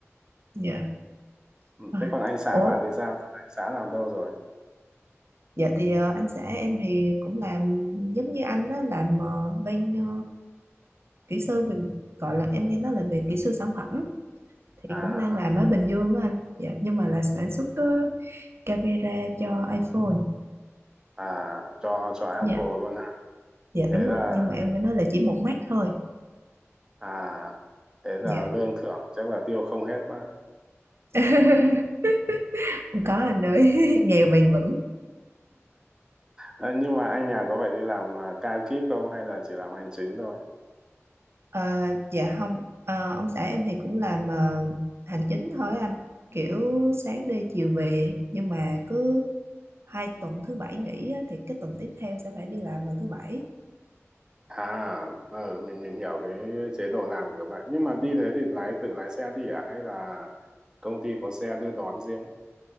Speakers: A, on the right; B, on the right.
A: dạ
B: Ừ,
A: À,
B: Thế còn anh xã
A: ủa
B: bạn thì sao? Anh xã làm đâu rồi?
A: dạ thì ờ, anh xã em thì cũng làm giống như anh đó làm ờ, bên ờ, kỹ sư về gọi là em nghe nói là về kỹ sư sản phẩm thì
B: À,
A: cũng đang làm ở Bình Dương á anh dạ nhưng mà là sản xuất ờ, camera cho iPhone
B: à cho cho Apple
A: dạ
B: luôn ha.
A: dạ
B: Thế
A: đúng
B: là
A: rồi nhưng mà em nghe nói là chỉ một mắt thôi
B: à thế là
A: dạ
B: lương thưởng chắc là tiêu không hết quá.
A: <laughs> không có anh ơi <laughs> nghèo bền vững
B: À, nhưng mà anh nhà có phải đi làm à, ca kíp không hay là chỉ làm hành chính thôi?
A: Ờ, dạ không Ờ, ông xã em thì cũng làm ờ, hành chính thôi anh kiểu sáng đi chiều về nhưng mà cứ hai tuần thứ bảy nghỉ á, thì cái tuần tiếp theo sẽ phải đi làm vào thứ bảy
B: À, ừ, mình mình hiểu cái chế độ làm kiểu vậy. Nhưng mà đi thế thì lái tự lái xe đi à hay là công ty có xe đưa đón riêng?